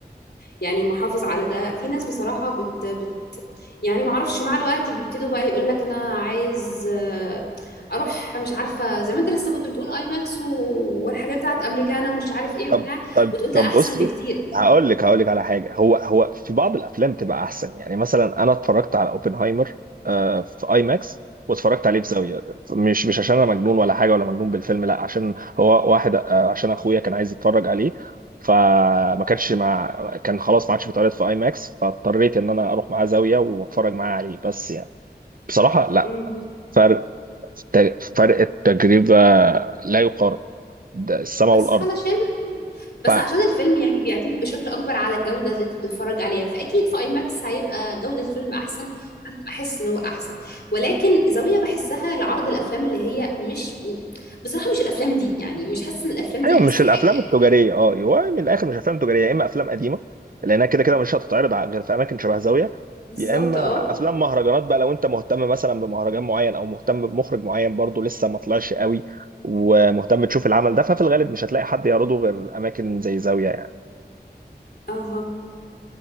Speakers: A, on the left; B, on the right.
A: يعني محافظ على ده في ناس بصراحة بت, بت يعني معرفش مع الوقت بيبتدوا بقى يقول لك أنا عايز آه، أروح مش عارفة زي ما أنت لسه كنت بتقول أي ماكس والحاجات بتاعت أمريكانا ومش عارف إيه
B: طب
A: وبتاع
B: طب
A: وتقول
B: طب
A: ده أحسن
B: بصي
A: بكتير
B: هقول لك هقول لك على حاجه هو هو في بعض الافلام تبقى احسن يعني مثلا انا اتفرجت على اوبنهايمر آه، في اي ماكس واتفرجت عليه في زاويه مش مش عشان انا مجنون ولا حاجه ولا مجنون بالفيلم لا عشان هو واحد آه، عشان اخويا كان عايز يتفرج عليه فما كانش مع كان خلاص ما عادش بيتعرض في اي ماكس فاضطريت ان انا اروح معاه زاويه واتفرج معاه عليه بس يعني بصراحه لا
A: مم.
B: فرق فرق التجربه لا يقارن ده السماء
A: بس
B: والارض
A: علشان بس
B: ف
A: عشان الفيلم يعني بيعتمد بشكل اكبر على الجوده اللي انت بتتفرج عليها فاكيد في اي ماكس هيبقى جوده الفيلم احسن بحس ان هو احسن ولكن زاويه بحسها لعرض الافلام اللي هي مش بصراحه مش الافلام دي يعني مش حاسه ان الافلام دي
B: ايوه
A: احسن
B: مش
A: حاجه
B: الافلام
A: يعني
B: التجاريه اه هو من الاخر مش افلام تجاريه يا اما افلام قديمه لانها كده كده مش هتتعرض ع- غير في اماكن شبه زاويه
A: بالظبط
B: يا اما
A: اه
B: افلام مهرجانات بقى لو انت مهتم مثلا بمهرجان معين او مهتم بمخرج معين برضه لسه ما طلعش قوي ومهتم تشوف العمل ده ففي الغالب مش هتلاقي حد يعرضه غير اماكن زي زاويه يعني
A: اها